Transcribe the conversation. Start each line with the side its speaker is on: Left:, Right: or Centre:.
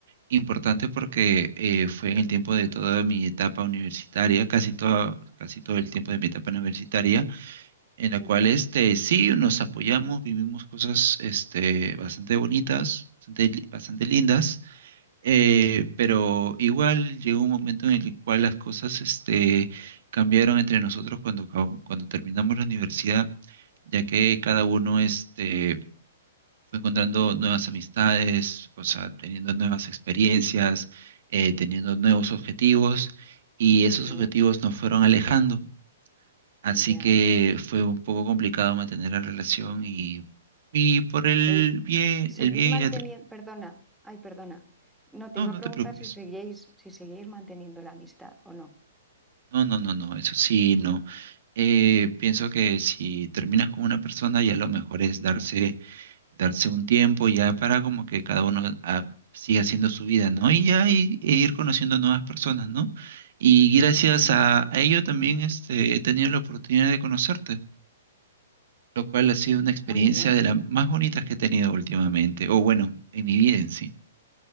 Right: importante porque eh, fue en el tiempo de toda mi etapa universitaria, casi todo, casi todo el tiempo de mi etapa universitaria. en la
Centre: Ujú.
Right: cual este, sí nos apoyamos, vivimos cosas este, bastante bonitas, bastante, li- bastante lindas, eh, pero igual llegó un momento en el cual las cosas este, cambiaron entre nosotros cuando, acab- cuando terminamos la universidad, ya que cada uno este, fue encontrando nuevas amistades, o sea, teniendo nuevas experiencias, eh, teniendo nuevos objetivos, y
Centre: Ujú,
Right: esos objetivos nos fueron alejando. Así
Centre: Ya.
Right: que fue un poco complicado mantener la relación y, y por el
Centre: Se-
Right: bien, el
Centre: seguís
Right: bien y
Centre: manteniendo,
Right: la... tra-
Centre: perdona, ay, perdona. No, te
Right: No,
Centre: iba
Right: no
Centre: a preguntar
Right: te preocupes.
Centre: si seguíais, si seguíais manteniendo la amistad o no.
Right: No, no, no, no, eso sí, no. Eh, pienso que si terminas con una persona, ya lo mejor es darse, darse un tiempo ya para como que cada uno ah, siga haciendo su vida, ¿no? Y ya i- e ir conociendo nuevas personas, ¿no? Y gracias
Centre: Ujú,
Right: a, a ello también este, he tenido la oportunidad de conocerte. lo cual ha sido una experiencia
Centre: Muy bien.
Right: de las más bonitas que he tenido últimamente, o bueno, en mi vida en sí.